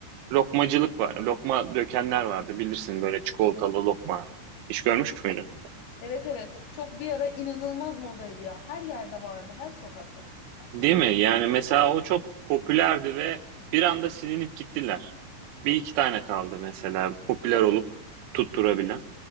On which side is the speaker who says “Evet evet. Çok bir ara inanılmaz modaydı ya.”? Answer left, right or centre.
Left